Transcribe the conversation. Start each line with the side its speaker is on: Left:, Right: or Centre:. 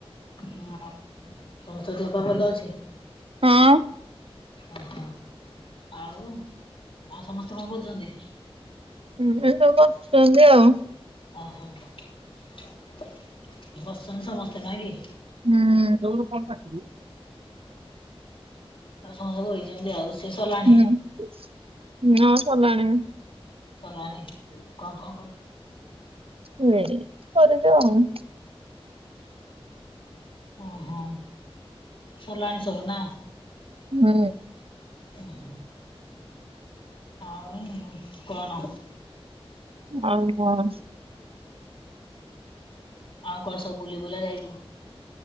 Left: ହଁ ସମସ୍ତଙ୍କ ଦେହ ପା ଭଲ ଅଛି?
Right: ହଁ
Left: ଓହୋ ଆଉ ଆଉ ସମସ୍ତେ କଣ କରୁଛନ୍ତି?
Right: ହୁଁ ଏ ସବୁ ବସିଛନ୍ତି ଆଉ
Left: ଓହୋ ବସଛନ୍ତି ସମସ୍ତେ ନା କି?
Right: ହୁଁ।
Left: ଆଉ ସମସ୍ତେ ବଇଛନ୍ତି ଆଉ। ରୋଷେଇ ସରିଲାଣି
Right: ହୁଁ ହଁ ସରିଲାଣି।
Left: ସଲାଣି କଣ କଣ କରୁଛୁ?
Right: <unintelligible> ଆଉ
Left: ଓହୋ ସଲାଣି ସବୁ ନା?
Right: ହୁଁ।
Left: ହୁଁ। <unintelligible> କଣ?
Right: ଆଉ <unintelligible>
Left: ଆଉ କଣ ସବୁ ବୁଲି ବୁଲା ଯାଇଛୁ?